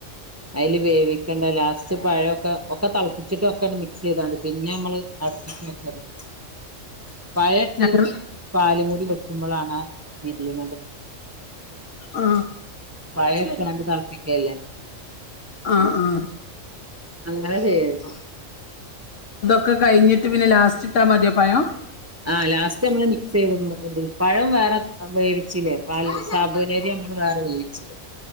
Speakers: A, on the right; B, on the left.
A: അയ്ല് വേവിക്കേണ്ട ലാസ്റ്റ് പയൊക്കെ ഒക്കെ തിളപ്പിച്ചിട്ട് ഒക്കെണ്ട് മിക്സ് യ്താതി പിന്നെ മ്മള് ഇളക്കരുത്
B: <inaudible>
A: പഴട്ട്
B: ഞങ്ങൾ
A: പാലും കൂടി വെക്കുമ്പളാണ് പിരിയ്ണത്
B: ആ
A: പഴട്ടാണ്ട് തളപ്പിക്കല്ല്ലേ
B: ആ ആ
A: ങ്ങന ചെയ്യർത്
B: ക്കെ കഴിഞ്ഞിട്ട് പിന്നെ ലാസ്റ്റ് ഇട്ടാ മതിയോ പയം
A: ആ ലാസ്റ്റ് നമ്മള് മിക്സ് <unintelligible> ചെയ് പഴം വേറെ വേവിച്ചില്ലേ പാൽ സാബൂനരി ങേട്ട് വേറെ വേവിച്ച്